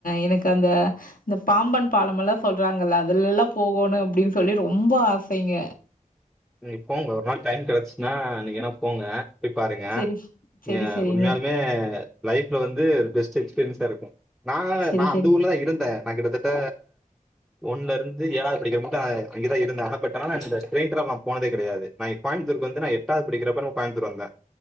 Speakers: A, on the left; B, in the centre.
A: எனக்கு அந்த இந்த பாம்பன் பாலமெல்லாம் சொல்றாங்கல்ல அதுல எல்லா போகோணு அப்படின்னு சொல்லி ரொம்ப ஆசைங்க
B: நீங் போங்க ஒரு நாள் டைம் கெடைச்சுச்ன்னா நீங்க வேணா போங்க போய் பாருங்க
A: சரி, சரி,
B: எ
A: சரிங்க.
B: உண்மையாலுமே லைஃப்ல வந்து ஒரு பெஸ்ட் பென்சார்ருக்கும் நா
A: சரி,
B: நா
A: சரி.
B: அந்த ஊர்லதா இருந்தே நா கிட்டத்தட்ட ஒன்லருந்து ஏழாவது படிக்கிற முட்டோ அங்கதா இருந்தே ஆன <unintelligible> போனதே கெடையாது நா கோயம்புத்தூர்கு வந்து நா எட்டாவது படிக்கிறப்ப கோயம்புத்தூர் வந்தே